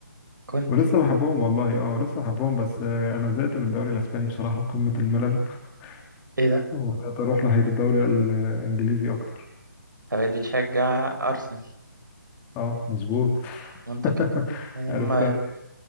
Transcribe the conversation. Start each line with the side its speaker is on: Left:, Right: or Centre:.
Right: كنت
Left: ولسه بحبهم والله اه لسه بحبهم بس آه، أنا زهقت من الدوري الأسباني بصراحة قمة الملل
Right: ايه
Left: <laughs>
Right: ده؟
Left: وبدأت أروح ناحية الدوري الإنجليزي أكتر
Right: بقيت بتشجع أرسنال
Left: اه مظبوط
Right: منطقي
Left: <laughs>
Right: يعني
Left: عرفت
Right: هما
Left: أنا.